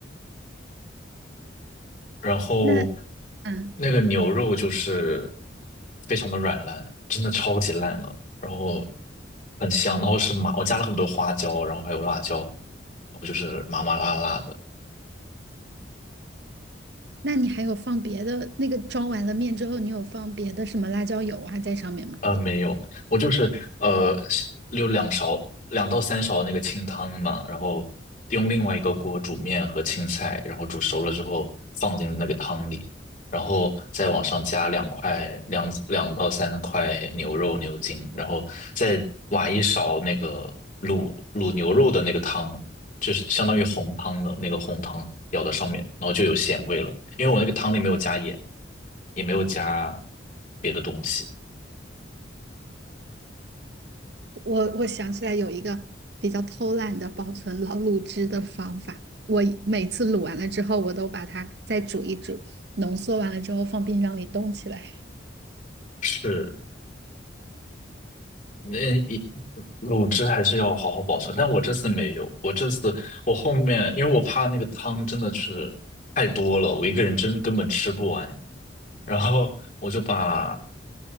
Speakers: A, on the left; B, on the right.
A: 然后
B: 那嗯，
A: 那个牛肉就是非常的软烂，真的超级烂了，然后很香，然后是麻，我加了很多花椒，然后还有辣椒，然后就是麻麻辣辣的。
B: 那你还有放别的那个装完了面之后，你有放别的什么辣椒油啊在上面吗？
A: 呃，没有，我就是呃，就两勺两到三勺那个清汤嘛，然后用另外一个锅煮面和青菜，然后煮熟了之后放进那个汤里，然后再往上加两块两两到三块牛肉牛筋，然后再挖一勺那个卤卤牛肉的那个汤，就是相当于红汤了，那个红汤舀到上面，然后就有咸味了，因为我那个汤里没有加盐，也没有加别的东西。
B: 我我想起来有一个比较偷懒的保存老卤汁的方法，我每次卤完了之后，我都把它再煮一煮，浓缩完了之后放冰箱里冻起来。
A: 是那一卤汁还是要好好保存，但我这次没有，我这次我后面因为我怕那个汤真的是太多了，我一个人真根本吃不完，然后我就把